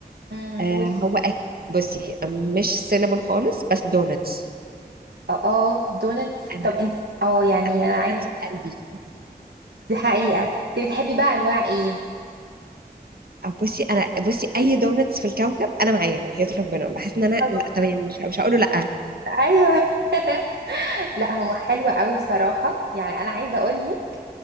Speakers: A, on the right (about 80°); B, on the right (about 65°).
A: مم،
B: آه
A: قولي
B: هو أك... بصي مش سينابون خالص بس دونتس
A: اه اه دونتس
B: انا
A: طب انت اه يعني
B: انا الدونتس
A: انا عايز
B: في قلبي
A: دي حقيقة انت بتحبي بقى انواع ايه
B: آه، بصي انا بصي اي دونتس في الكوكب انا معاه وحياة ربنا بحس ان انا
A: <laughs>
B: لا تمام مش مش هقول له لا
A: ايوه <laughs> لا هو حلو قوي بصراحة يعني أنا عايزة أقولك